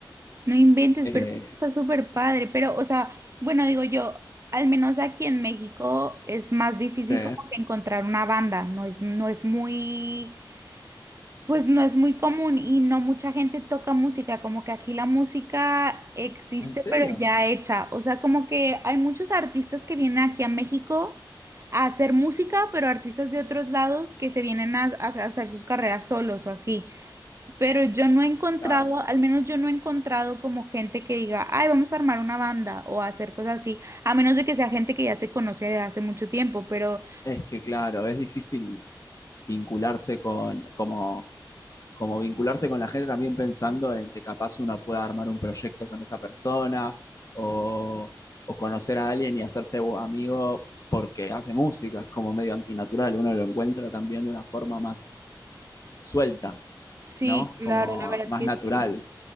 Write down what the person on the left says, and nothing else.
Eh,
¿sí?
¿En serio?
Claro.
Es que claro, es difícil vincularse con, como como vincularse con la gente también pensando en que capaz uno pueda armar un proyecto con esa persona o, o conocer a alguien y hacerse amigo porque hace música, es como medio antinatural, uno lo encuentra también de una forma más suelta,
¿no?
Como
más
natural,